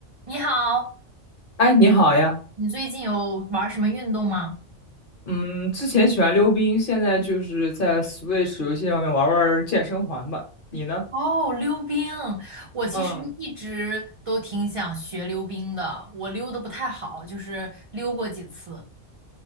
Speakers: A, on the right; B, on the left.
A: 你好，
B: 哎，你好呀，
A: 你最近有玩什么运动吗？
B: 嗯，之前喜欢溜冰，现在就是在 Switch 游戏上面玩玩健身环吧。你呢？
A: 哦，溜冰，我其实一直都挺想学溜冰的，
B: 嗯，
A: 我溜的不太好，就是溜过几次。